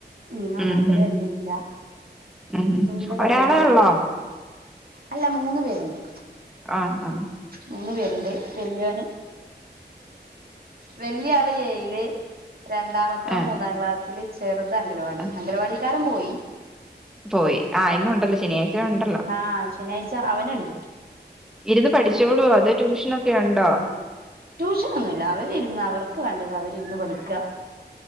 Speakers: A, on the right (about 55°); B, in the centre.
A: മീൻ നന്നാക്കല്
B: ഉം ഉം
A: കഴിഞ്ഞിട്ടില്ല
B: ഉം
A: മീന്റെ പണികൂടിണ്ട്.
B: ഒരാളെ ഉള്ളോ
A: അല്ല മൂന്ന് പേരുണ്ട്.
B: ആഹ് ആഹ്
A: മൂന്ന് പേരുണ്ട് വല്യോന് വല്യ ആള് ഏഴില് രണ്ടാമത്തോം
B: ആ
A: മൂന്നാം ക്ലാസ്സില് ചെറുത അംഗലവാടി
B: ആ
A: അംഗലവാടിക്കാരൻ പോയി
B: പോയി ആഹ ഇന്ന് ഉണ്ടല്ലോ ശനിയാഴ്ച ഉണ്ടല്ലോ
A: ആഹ് ശനിയാഴ്ച അവനുണ്ട്
B: ഇരുന്ന് പഠിച്ചോളൂ അതോ ട്യൂഷൻ ഒക്കെ ഉണ്ടോ
A: ട്യൂഷനൊന്നുല്ല അവരിരുന്ന് അവർക്ക് വേണ്ടത് അവരിരുന്ന് പഠിക്ക